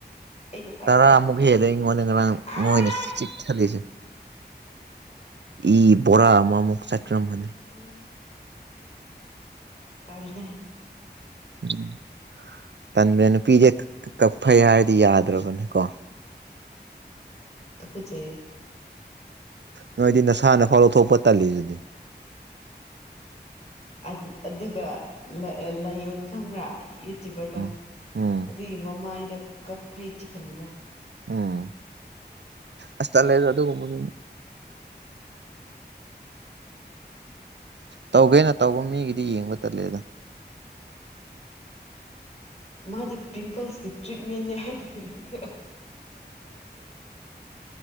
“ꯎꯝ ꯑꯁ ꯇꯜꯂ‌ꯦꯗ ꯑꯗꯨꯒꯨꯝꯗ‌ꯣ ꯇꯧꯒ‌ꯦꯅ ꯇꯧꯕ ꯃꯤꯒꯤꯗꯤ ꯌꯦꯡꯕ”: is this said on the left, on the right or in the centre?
Right